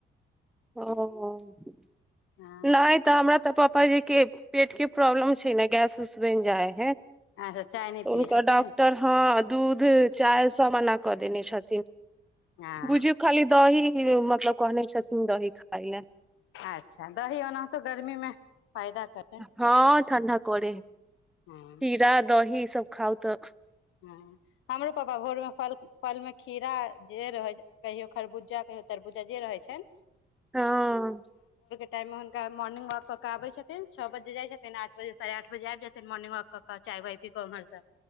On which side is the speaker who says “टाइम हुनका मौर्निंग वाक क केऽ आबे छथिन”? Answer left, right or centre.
Left